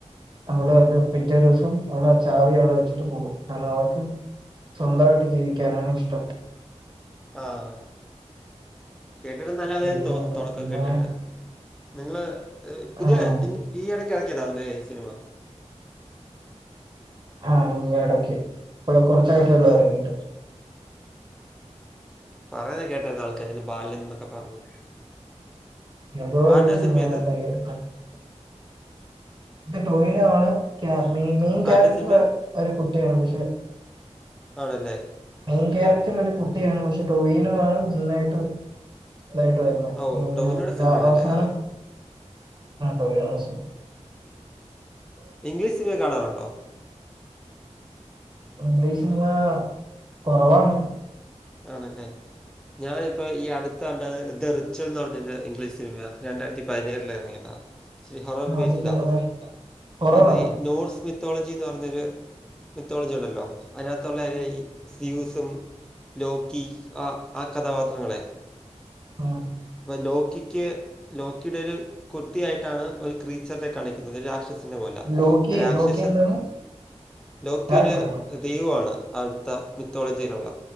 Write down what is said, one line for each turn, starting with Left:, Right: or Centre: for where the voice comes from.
Right: നമ്മള് അത് പിറ്റേ ദിവസം അവള് ചാവി അവിടെ വെച്ചിട്ട് പോകും കാരണം അവക്ക് സ്വന്തായിട്ട് ജീവിക്കാനാണ് ഇഷ്ടം
Centre: ആഹ് കേട്ടിട്ട് നല്ലാതെന്ന്
Right: ചെറിയ
Centre: തോന്നുന്നു
Right: മോന്
Centre: തുടക്കം
Right: അങ്ങനെ
Centre: കേട്ടിട്ട് നിങ്ങള് പുതിയ
Right: ആഹ്
Centre: ഈയിടയ്ക്കിടക്കതാണോ ഈ സിനിമ
Right: ആഹ് ഇങ്ങ് ഇടക്ക് ഇപ്പ കൊറച്ചായിട്ടേള്ളൂ
Centre: ആണല്ലേ
Right: ഇറങ്ങീട്ട്
Centre: പറയതെ കേട്ടാതാൾക്ക് ബാലൻ എന്നൊക്കെ പറഞ്
Right: എന്തോരം
Centre: ആര്ടാ
Right: ദിവസം
Centre: സിനിമേത്
Right: <inaudible> ഇ ടൊവിനോയാണ് മെയിൻ ക്യാരക്ടർ
Centre: ആരുടെ സിനിമയാ
Right: ഒരു കുട്ടിയാണ് പക്ഷെ
Centre: ആണല്ലേ
Right: മെയിൻ ക്യാരക്ടർ ഒരു കുട്ടിയാണ് പക്ഷെ ടോവിനോ ആണ് മുന്നായിട്ട് ഇതായിട്ട് വ
Centre: ഓ
Right: ങ്ങനെ
Centre: ടോവിനോയുടെ സിനിമയാണല്ലേ
Right: ലാ അവസാനം
Centre: ആ
Right: ടൊവിനോ ആട്ടോന്ന്
Centre: ഇംഗ്ലീഷ് സിനിമ കാണാനുണ്ടോ
Right: ഇംഗ്ലീഷ് സിനിമ കുറവാണ്
Centre: ആണല്ലേ ഞാനിപ്പോൾ ഈ അടുത്തണ്ടത് ദ റിച്വൽ എന്ന് പറഞ്ഞട്ട് ഇംഗ്ലീഷ് സിനിമ രണ്ടായിരത്തി പതിനേറില് ഇറങ്ങിയ ആഹ് ഇച്ചിരി ഹൊറർ ബേസ്ഡാ
Right: അതെന്താ കഥ ഹൊററാണോ
Centre: അത് നോർസ് മിത്തോളജി എന്ന് പറഞ്ഞൊരു മിത്തോളജി ഉണ്ടല്ലോ അതിനകത്തുള്ള ഈ സ്യൂസും ലോക്കി ആഹ് ആഹ് കഥാപാത്രങ്ങളെ
Right: ആഹ്
Centre: അപ്പ ലോക്കിക്ക് ലോക്കിയുടെ ഒരു കുട്ടിയായിട്ടാണ് ഒരു ക്രീച്ചറിന്റെ കാണിക്ക് രാക്ഷസിന് പോലെ
Right: ലോക്കി
Centre: രാക്ഷസൻ
Right: ലോക്കി എന്താണ്
Centre: ലോക്കിയ.
Right: ക്യാരക്ടറാണോ
Centre: ദെയവു ആണ് അടുത്ത മിത്തോളജിയിലുള്ള